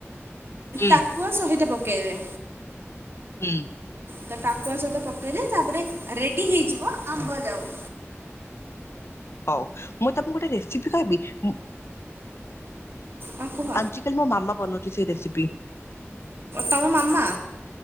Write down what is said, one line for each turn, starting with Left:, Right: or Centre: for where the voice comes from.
Left: ହୁଁ
Right: ଟାକୁଆ ସହିତ ପକାଇବେ।
Left: ହୁଁ।
Right: ତ ଟାକୁଆ ସହିତ ପକାଇଲେ ତାପରେ ରେଡ଼ି ହେଇଯିବ ଆମ୍ବ ଯାଉ।
Left: ହଉ, ମୁଁ ତମକୁ ଗୋଟେ ରେସିପି କହିବି, ମୁଁ
Right: ହଁ କୁହ
Left: ଆଜ କାଲି ମୋ ମାମା ବନଉଛି ସେଇ ରେସିପି।
Right: ତମ ମାମା?